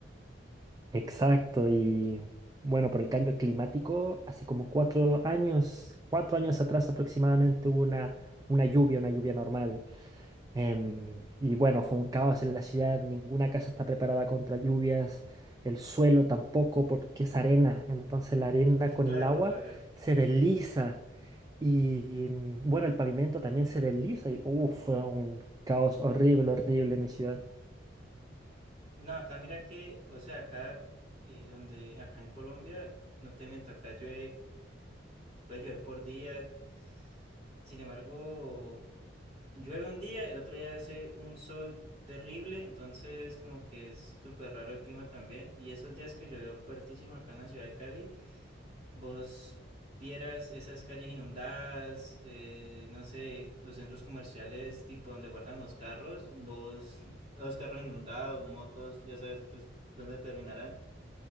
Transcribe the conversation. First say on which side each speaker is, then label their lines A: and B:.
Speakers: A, on the right; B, on the right.
A: Exacto, y bueno, por el cambio climático, hace como cuatro años, cuatro años atrás aproximadamente hubo una, una lluvia, una lluvia normal. Em, y bueno, fue un caos en la ciudad, ninguna casa está preparada contra lluvias, el suelo tampoco porque es arena, entonces la arena
B: <laughs>
A: con
B: Claro,
A: el agua
B: claro.
A: se desliza y mm, bueno, el pavimento también se desliza y uf, fue un caos horrible, horrible en mi ciudad.
B: No, acá mira que, o sea, acá, eh, donde, acá en Colombia, no te miento, acá llueve, puede llover por días. Sin embargo, llueve un día, el otro día hace un sol terrible, entonces como que es súper raro el clima también. Y esos días que llovió fuertísimo acá en la ciudad de Cali, vos vieras esas calles inundadas, eh, no sé, los centros comerciales tipo donde guardan los carros, vos, <laughs> los carros inundados, motos, ya sabes pues dónde terminarán.